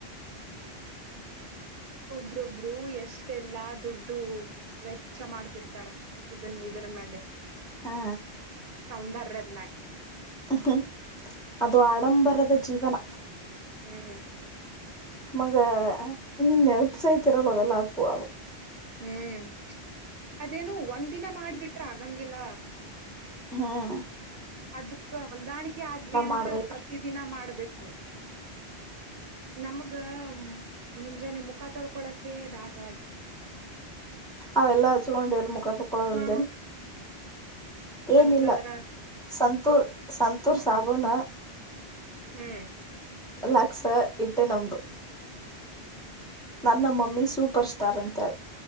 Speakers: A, on the right (about 55°); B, in the centre.
A: ಒಬ್ರೊಬ್ರು ಎಷ್ಟೆಲ್ಲಾ ದುಡ್ಡು ವೆಚ್ಚ ಮಾಡ್ತಿರ್ತಾರ ಇದನ್ ಇದರ ಮ್ಯಾಗ
B: ಹಾ
A: ಸೌಂದರ್ಯದ ಮ್ಯಾಗ
B: ಹ್ಹ ಅದು ಆಡಂಬರದ ಜೀವನ
A: ಹಂ
B: ನಮಗ ಇನ್ ನೆನಪಾಸಯಿತ ಇರಲ್ಲಾ ಅವೆಲ್ಲ ಹಚ್ಚಕೊಳ್ಳಕ್ಕ
A: ಹ್ ಅದೇನು ಒಂದ ದಿನ ಮಾಡ್ಬಿಟ್ರ ಆಗಂಗಿಲ್ಲ
B: ಹಂ
A: ಅದಕ್ ಹೊಂದಾಣಿಕೆ ಆದ್ವಿ ಅಂದ್ರ
B: ಮಾಡ್ಬೇಕ
A: ಪ್ರತಿ ದಿನ ಮಾಡ್ಬೇಕು ಆಕ್ಕು ನಮಗ ಮುಂಜಾನೆ ಮುಖ ತೊಳ್ಕೊಳಕೆ ಬ್ಯಾಸರ
B: ಅವೆಲ್ಲ ಹಚ್ಕೊಂಡು ಎಲ್ಲಿ ಮುಖ ತೊಕ್ಕೊಳೆಂದನು
A: ಹಾ
B: ಏನಿಲ್ಲ
A: ಅಂತದ್ರ
B: ಸಂತೂರ್ ಸ ಸಂತೂರ್ ಸಾಬನ್
A: ಹೂಂ
B: ಲಕ್ಸ್ ಇಟ್ಟೇ ನಮ್ದು ನನ್ನ ಮಮ್ಮಿ ಸೂಪರ್ ಸ್ಟಾರ್ ಅಂತೇಳಿ